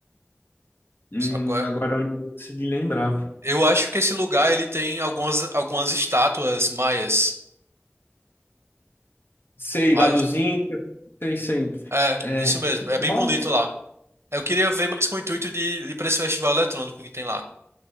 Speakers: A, on the left (about 55°); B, on the right (about 75°).
A: Hum,
B: Sabe qual é?
A: agora eu não vou conseguir lembrar.
B: Eu acho que esse lugar ele tem algumas, algumas estátuas maias.
A: Sei,
B: Mas,
A: lá dos Incas. Sei, sei.
B: é, isso mesmo.
A: Festival?
B: É bem bonito lá. Eu queria ver mais com o intuito de, de ir pra esse festival eletrônico que tem lá.